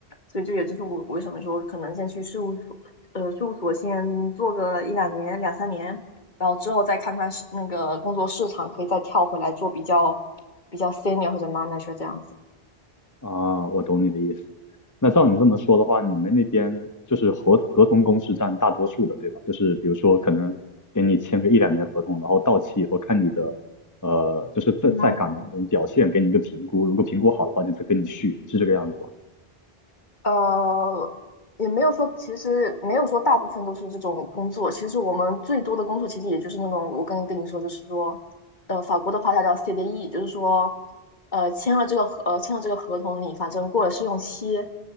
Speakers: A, on the left; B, on the left.
A: 所以这也就是我为什么说可能先去事务所呃事务所先做个一两年两三年，然后之后再看看是那个工作市场，可以再跳回来做比较比较 senior 或者 manager 这样子。
B: 啊，我懂你的意思。那照你这么说的话，你们那边就是合合同工是占大多数的，对吧？就是比如说可能给你签个一两年合同，然后到期以后看你的呃就是在在岗的那种表现，
A: 嗯。
B: 给你一个评估，如果评估好的话就再跟你续，是这个样子吧？
A: 呃，也没有说，其实没有说大部分都是这种工作。其实我们最多的工作，其实也就是那种我刚才跟你说，就是说，呃，法国的话它叫 CDE，就是说，呃，签了这个合，呃，签了这个合同，你反正过了试用期，